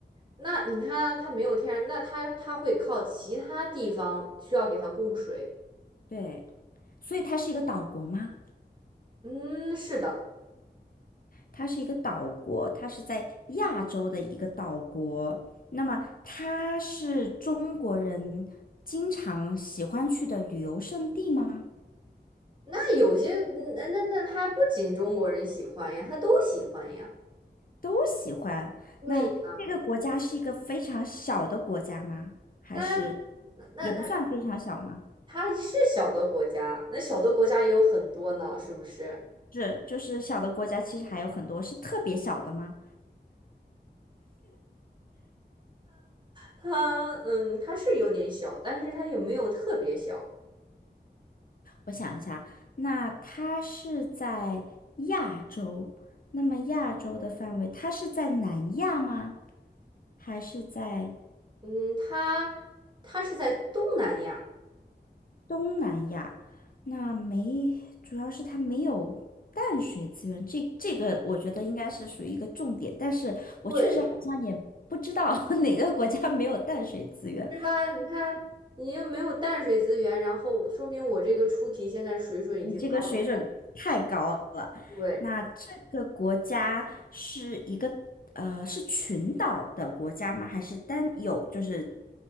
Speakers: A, on the right (about 25°); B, on the left (about 50°).
A: 那你看啊它没有天然，那它它会靠其他地方需要给它供水。
B: 对，所以它是一个岛国吗？
A: 嗯，是的。
B: 它是一个岛国，它是在亚洲的一个岛国。那么它是中国人经常喜欢去的旅游胜地吗？
A: 那有些嗯那那那它不仅中国人喜欢呀，它都喜欢呀。
B: 都喜欢。
A: 对呀，
B: 那这个国家是一个非常小的国家吗？还是
A: 它那那
B: 也不算非常小吗？
A: 它是小的国家，那小的国家也有很多呢，是不是？
B: 是，就是小的国家其实还有很多，是特别小的吗？
A: 它嗯，它是有点小，但是它也没有特别小。
B: 我想一下，那它是在亚洲，那么亚洲的范围，它是在南亚吗？还是在
A: 嗯，它它是在东南亚，
B: 东南亚？那没，主要是它没有淡水资源，这这个我觉得应该是属于一个重点，但是我确实好像也不知道
A: 对，
B: <laughs> 哪个国家没有淡水资源。
A: 是吧？你看，你又没有淡水资源，然后说明我这个出题现在水准已经高了。
B: 你这个水准太高了。
A: 对，
B: 那这个国家是一个呃是群岛的国家吗？还是单有就是